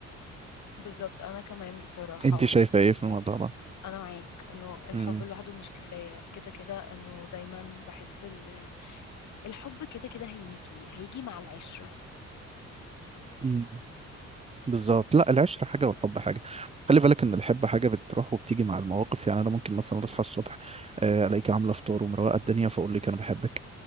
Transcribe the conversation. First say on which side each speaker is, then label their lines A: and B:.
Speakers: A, on the left; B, on the right.
A: بالظبط انا كمان بصراحة
B: انت شايفة ايه في الموضوع ده
A: انا معاك انه الحب
B: امم
A: لوحده مش كفاية كده كده انه دايما بحس ال- الحب كده كده هيجي هيجي مع العشرة
B: مم. بالظبط لا العشرة حاجة والحب حاجة خلي بالك ان الحب حاجة بتروح وبتيجي مع المواقف يعني انا ممكن مثلا اصحى الصبح آه، الاقيك عاملة فطار ومروقة الدنيا فاقول لك انا بحبك